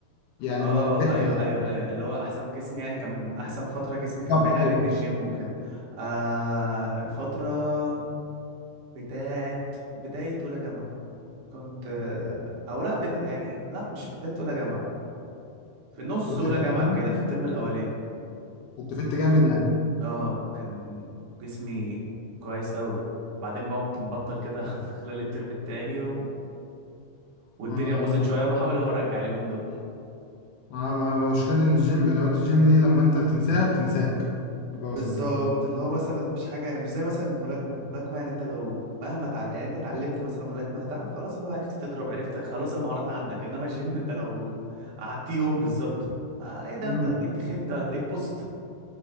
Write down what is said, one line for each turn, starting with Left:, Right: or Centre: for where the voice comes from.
Left: يعني
Right: اه
Left: ما جاتش
Right: ايوه ايوه ايوه اللي هو احسن جسم يعني كان احسن فتره جسمي
Left: بالظبط
Right: كان باين
Left: كده
Right: عليه ان الجيم وكده آه الفتره بتاعت بدايه اولى جامعه كنت آه، او لا بد... يعني لا مش بدايه اولى جامعه في نص
Left: كنت
Right: اولى
Left: فت
Right: جامعه
Left: يعني،
Right: كده في الترم الاولاني
Left: كنت فت جامد يعني
Right: اه كان جسمي كويس قوي بعدين بقى قمت مبطل كده <laughs> في خلال الترم التاني و... والدنيا
Left: اه
Right: باظت
Left: لا
Right: شويه وبحاول اهو ارجع اليومين دول
Left: اه ما هو مشكلة إن الجيم لو انت الجيم دي لما انت بتنساها بتنساك خلاص
Right: بالظبط
Left: انت
Right: اللي هو مثلا مش حاجه يعني، مش زي مثلا الملاكمه الملاكمه يعني انت لو مهما تع... يعني انت اتعلمت مثلا ملاكمه هتعرف خلاص اللي هو عرفت تضرب عرفت خلاص المهارات عندك انما الجيم انت لو قعدت يوم بالظبط آه ايه ده
Left: امم
Right: انت هتلاقيك تخنت هتلاقيك بوست